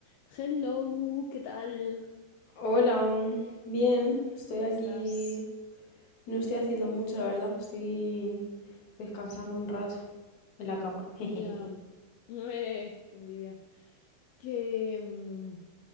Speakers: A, on the left (about 80°); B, on the left (about 50°).
A: Hello, ¿qué tal?
B: Hola, mm, bien, estoy
A: ¿Cómo
B: aquí.
A: estás?
B: No estoy haciendo mucho, la verdad. Estoy descansando un rato en la cama. <laughs> Jejeje.
A: Ya. <laughs> Eh, qué envidia. Que, mm,